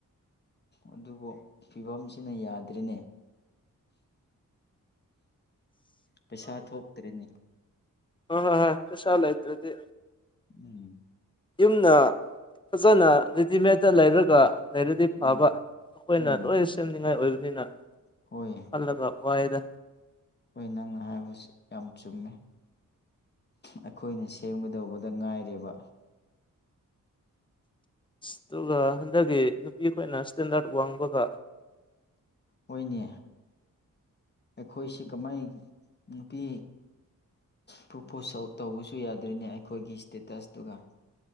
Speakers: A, on the left (about 30°); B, on the left (about 15°).
A: ꯑꯗꯨꯕꯨ ꯐꯤꯚꯝꯁꯤꯅ ꯌꯥꯗ꯭ꯔꯤꯅꯦ ꯄꯩꯁꯥ ꯊꯣꯛꯇ꯭ꯔꯦꯅꯦ
B: ꯍ ꯍ ꯍꯁꯜꯥꯏ ꯑꯗꯨꯗꯤ
A: ꯎꯝ
B: ꯌꯨꯝꯅ ꯐꯖꯅ ꯔꯦꯗꯤꯃꯦꯠꯇ ꯂꯩꯔꯒ ꯂꯩꯔꯗꯤ ꯐꯕ
A: ꯎꯝ
B: ꯑꯩꯈꯣꯏꯅ
A: ꯎꯝ
B: ꯂꯣꯏ ꯁꯦꯝꯅꯤꯡꯉꯥꯏ ꯑꯣꯏꯕꯅꯤꯅ
A: ꯍꯣꯏ ꯌꯥ
B: ꯈꯜꯂꯒ ꯋꯥꯏꯗ
A: ꯑꯩꯈꯣꯏ ꯅꯪꯅ ꯍꯥꯏꯕꯁꯤ ꯌꯥꯝ ꯆꯨꯝꯃꯦ ꯑꯩꯈꯣꯏꯅ ꯁꯦꯝꯒꯗꯧꯕꯗ ꯉꯥꯏꯔꯦꯕ
B: ꯑꯗꯨꯒ ꯍꯟꯗꯛꯀꯤ ꯅꯨꯄꯤ ꯑꯩꯈꯣꯏꯅ ꯏꯁꯇꯦꯟꯗꯔꯠ ꯋꯥꯡꯕꯒ
A: ꯑꯣꯏꯅꯤ ꯑꯩꯈꯣꯏꯁꯤ ꯀꯃꯥꯏ ꯅꯨꯄꯤ ꯄ꯭ꯔꯣꯄꯣꯁꯥꯎꯠ ꯇꯧꯕꯁꯨ ꯌꯥꯗ꯭ꯔꯤꯅꯦ ꯑꯩꯈꯣꯏꯒꯤ ꯏꯁꯇꯦꯇꯁꯇꯨꯒ